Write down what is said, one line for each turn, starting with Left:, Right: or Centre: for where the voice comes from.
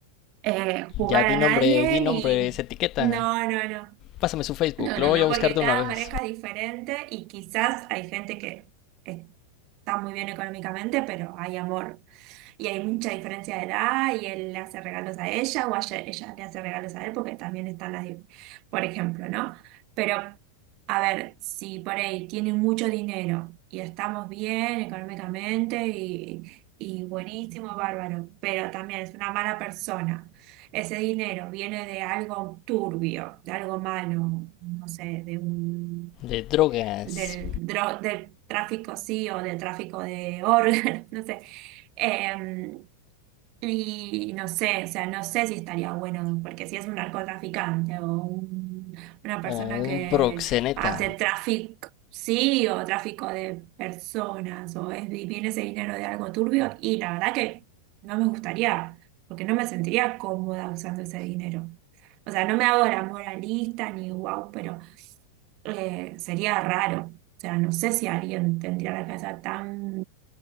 Right: eh, jugar
Left: Ya
Right: a
Left: di
Right: nadie,
Left: nombres, di
Right: ni...
Left: nombres, etiqueta.
Right: No, no, no.
Left: Pásame su Facebook,
Right: No,
Left: lo
Right: no,
Left: voy
Right: no,
Left: a buscar
Right: porque
Left: de
Right: cada
Left: una vez.
Right: pareja es diferente y quizás hay gente que está muy bien económicamente, pero hay amor. Y hay mucha diferencia de edad y él le hace regalos a ella o a ella, ella le hace regalos a él porque también están las, di- por ejemplo, ¿no? Pero, a ver, si por ahí tiene mucho dinero y estamos bien económicamente y, y buenísimo, bárbaro, pero también es una mala persona, ese dinero viene de algo turbio, de algo malo, no sé, de un,
Left: De drogas.
Right: del, dro- del tráfico sí o del tráfico de órganos, <laughs> no sé. Em, y no sé, o sea, no sé si estaría bueno, porque si es un narcotraficante o un- una persona
Left: O
Right: que
Left: un proxeneta.
Right: hace tráfico, sí, o tráfico de personas, o es, y viene ese dinero de algo turbio, y la verdad que no me gustaría, porque no me sentiría cómoda usando ese dinero. O sea, no me hago la moralista ni guau, pero eh, sería raro. O sea, no sé si alguien tendría la cabeza tan...